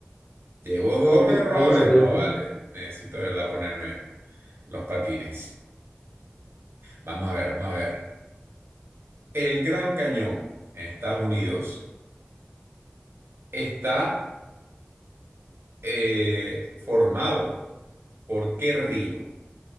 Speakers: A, on the right (about 65°); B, on the left (about 80°).
A: llevo dos
B: Mira,
A: errores.
B: algo se aprende.
A: No, vale. Necesito de verdad ponerme los patines. Vamos a ver, vamos a ver. El Gran Cañón en Estados Unidos está eh, formado por ¿qué río?